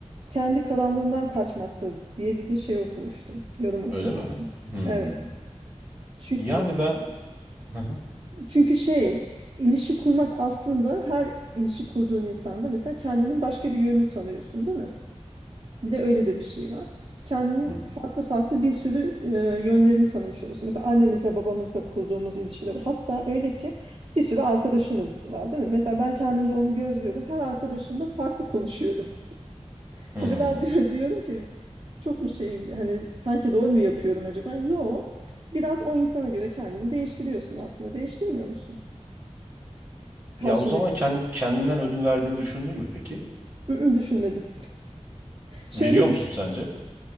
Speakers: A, on the right; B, on the right.
A: kendi karanlığından kaçmaktır diye bir de şey okumuştum. Yorum okumuştum.
B: Öyle mi? Hmm.
A: Evet. Çünkü,
B: Yani ben Hı hı,
A: çünkü şey ilişki kurmak aslında her ilişki kurduğun insanda mesela kendinin başka bir yönünü tanıyorsun değil mi? Bir de öyle de bir şey var. Kendinin
B: hı,
A: farklı farklı bir sürü e, yönlerini tanımış oluyorsun. Mesela annemizle babamızla kurduğumuz ilişkide var. hatta öyle ki bir sürü arkadaşımız var değil mi? Mesela ben kendimde onu gözlüyordum. Her arkadaşımla farklı konuşuyordum. <laughs>
B: hmm.
A: Acaba diyor, diyorum ki çok mu şeyim hani sanki rol mü yapıyorum acaba? Yo. Biraz o insana göre kendini değiştiriyorsun aslında. Değiştirmiyor musun? Karşında
B: Ya o zaman kend- kendinden ödün verdiğini düşündün mü peki?
A: "Hı hı, düşünmedim. Şöyle
B: Veriyor musun
A: düşün.
B: sence?